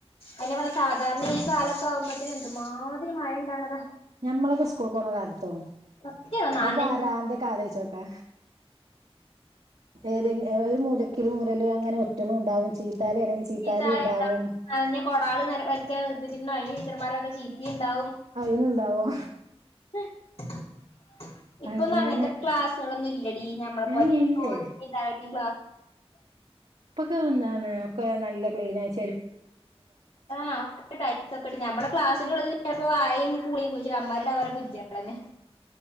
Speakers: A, on the left; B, on the right.
A: അതനെപറഞ്ഞ സാധാരണ ഈ കാലൊക്കെ ആകുമ്പോത്തന് എന്തുമാതിരി മഴ ഉണ്ടാണതാ
B: ഞമ്മളൊക്കെ സ്കൂൾ പോണ കാലത്തോ
A: സത്യാണ് നനഞ്ഞ്
B: ആവരാന്ത കാലേച്ചോക്കെ ഏതെ ഒരു മൂല ഒി മൂലെല്അങ്ങനെ ഒറ്റണ ഉണ്ടാവും ചീത്താല ആണെങ്കിൽ ചീത്താല
A: ചീത്താളി
B: ഉണ്ടാവും
A: നനഞ്ഞ കൊടാള് നര വരയ്ക്കാൻ പിന്നെ അയ്ന് ടിച്ചർമാരെ വകചീത്തി ഉണ്ടാവും
B: അയിനുണ്ടാവോ
A: <unintelligible> ഇപ്പൊന്നും
B: അങ്ങനെ
A: അങ്ങനത്തെ ക്ലാസ്സുകളൊന്നും ഇല്ലടി ഞമ്മള പോലത്തെ
B: ഏ ഇല്ലേ
A: ക്ലാസ് ഇല്ല
B: ഇപ്പൊക്കെ എന്താണ് ഒക്കെ നല്ല ക്ലീൻയച്ച
A: ആ് ഒക്കെട്ട ടെയ്‌ലി സ് ഒക്കൊക്കെട്ട ഞമ്മെ ക്ലാസ്സിന്റെള്ള ഇപ്പൊ വായയും പുളിയും കൊയിച്ചിട്ട അമമാരുടെ അവരെ കുജ്ടന്നെ